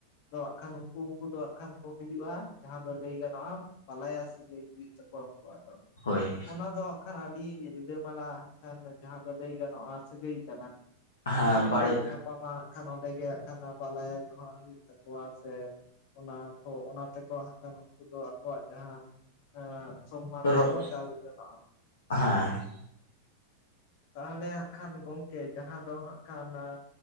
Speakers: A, on the left; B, on the left.
A: ᱫᱚ ᱦᱟᱸᱜ ᱠᱷᱟᱱ ᱩᱱᱠᱩ ᱩᱱᱠᱩ ᱫᱚ ᱦᱟᱸᱜ ᱠᱷᱟᱱ ᱠᱚ ᱦᱩᱭᱩᱜᱼᱟ, ᱡᱟᱦᱟᱸ ᱫᱚ ᱞᱟᱹᱭ ᱜᱟᱱᱚᱜᱼᱟ ᱵᱟᱞᱟᱭᱟ ᱥᱟᱹᱜᱟᱹᱭ ᱦᱩᱭᱩᱜ ᱛᱟᱠᱚᱣᱟ ᱩᱱᱠᱩᱣᱟᱜ ᱫᱚ᱾
B: ᱦᱳᱭ᱾
A: ᱚᱱᱟ ᱫᱚ ᱦᱟᱸᱜ ᱠᱷᱟᱱ ᱟᱹᱰᱤ ᱨᱤᱞᱟᱹᱢᱟᱞᱟ ᱠᱟᱱ ᱡᱟᱦᱟᱸ ᱫᱚ ᱞᱟᱹᱭ ᱜᱟᱱᱚᱜᱼᱟ ᱥᱟᱹᱜᱟᱹᱭ ᱠᱟᱱᱟ!
B: ᱦᱮᱸ
A: ᱡᱟᱦᱟᱸ ᱨᱮᱜᱮ
B: ᱵᱟᱲᱮ
A: ᱠᱚ ᱧᱟᱯᱟᱢᱟᱜ ᱠᱷᱟᱱ ᱚᱸᱰᱮ ᱜᱮ ᱦᱟᱸᱜ ᱠᱷᱟᱱ ᱵᱟᱞᱟᱭᱟ ᱡᱚᱦᱟᱨ ᱦᱩᱭᱩᱜ ᱛᱟᱠᱚᱣᱟ ᱥᱮᱼᱼ ᱚᱱᱟ ᱠᱚ ᱚᱱᱟ ᱛᱮᱠᱚ ᱦᱟᱸᱜ ᱠᱟᱱ ᱩᱱᱠᱩ ᱫᱚ ᱟᱠᱚᱣᱟᱜ ᱡᱟᱦᱟᱸᱼᱼ ᱮᱸ ᱥᱚᱢᱢᱟᱱ
B: ᱨᱚᱜ
A: ᱠᱚ ᱪᱟᱞ ᱡᱚᱱᱚᱜᱼᱟ᱾
B: ᱦᱮᱸ᱾
A: ᱛᱟᱦᱚᱞᱮ ᱦᱟᱸᱜ ᱠᱷᱟᱱ ᱜᱚᱝᱠᱮ ᱡᱟᱦᱟᱸ ᱫᱚ ᱦᱟᱸᱜ ᱠᱷᱟᱱ ᱟᱸᱼᱼ